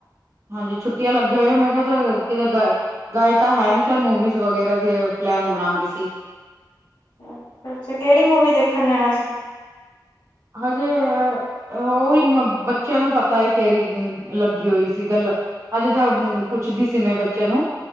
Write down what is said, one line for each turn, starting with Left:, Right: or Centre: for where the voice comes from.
Right: ਹਾਂਜੀ, ਛੁੱਟੀਆਂ ਲੱਗੀਆਂ ਹੋਏਆਂ, ਮੈਂ ਕੇਆ ਚਲ ਕਿਦ ਗ ਗਏ ਤਾਂ ਹੈ ਨੀ ਚਾਲ ਮੂਵੀਜ਼ ਵਗੈਰਾ ਦੀ ਪਲੈਨ ਬਣਾਂਦੇ ਸੀ।
Left: ਅੱਛਾ-ਅੱਛਾ, ਕੇੜੀ ਮੂਵੀ ਦੇਖਣ ਜਾਣਾ ਸੀ?
Right: ਹਾਜੇ ਓਈ ਅ ਬੱਚੇਆਂ ਨੂੰ ਪਤਾ ਐ ਕੇੜੀ ਅ ਲੱਗੀ ਹੋਈ ਸੀ ਗੱਲ ਅਜੇ ਤਾਂ, ਪੁੱਛਦੀ ਸੀ, ਮੈਂ ਬੱਚਿਆਂ ਨੂੰ